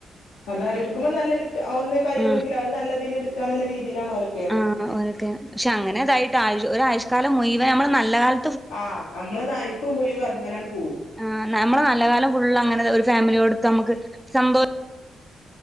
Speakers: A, on the left; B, in the centre.
A: അതാണ് എടുക്കുബം നല്ല എടുക്ക ഒന്നേ കൈയുള്ളെങ്കിൽ
B: ഉം
A: അത് നല്ലതില് എട് ക്കാന്നുള്ള രീതിയിലാണ് ഓല്
B: ആഹ് ആഹ് ഓലെക്കെ പക്ഷെ അങ്ങനെതായിട്ട് ആയിഷ് ഒരായിഷ് കാലം മുയുവൻ നമ്മള് നല്ല കാല
A: ആഹ് നമ്മളെ നായിപ്പ് മുഴുവൻഅതിമേലാണ് പോവും
B: ആ നമ്മളെ നല്ല കാലം ഫുള്ള് അങ്ങനെ ഒരു ഫാമിലിയോടുത്ത് നമുക്ക് സന്തോ